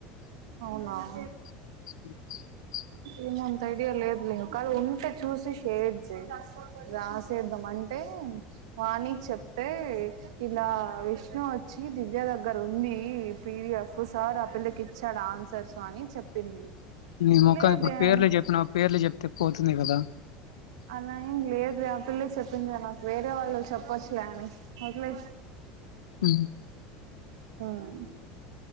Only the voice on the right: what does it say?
అవునా <inaudible>
ఏమోఅంత ఐడియా లేదులే కాదు ఉంటే చూసి షేర్ చేయి రాసేద్దాం అంటే వాణీ చెప్తే ఇలా విష్ణు వచ్చి దివ్య దగ్గర ఉంది పిడిఎఫ్ సార్ ఆ పిల్లకి ఇచ్చాడు ఆన్సర్స్ అని చెప్పింది
లేదే
అ
అలా ఏం లేదు ఇ ఆ పిల్ల చెప్పిందే నాకు వేరే వాళ్ళు చెప్పొచ్చులే అని అట్లే
హ్మ్